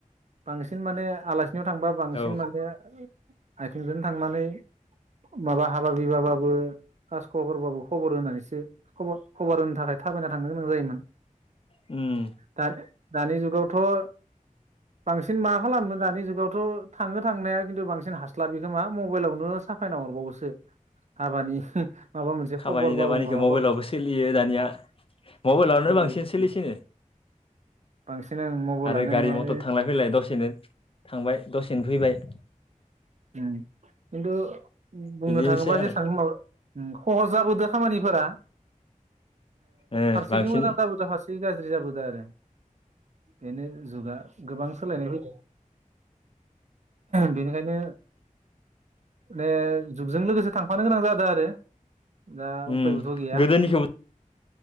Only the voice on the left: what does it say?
औ
उम।
खामानि
दामानिखौ
मबाइलावबो सोलियो दानिया मबाइलावनो
बांसिन सोलिसिनो।
आरो गारि-मथर
थांलाय फैलाय दसेनो थांबाय दसेनो फैबाय।
बिदिनोसै
आरो
ओ
बांसिन
उम
गोदोनिखौबो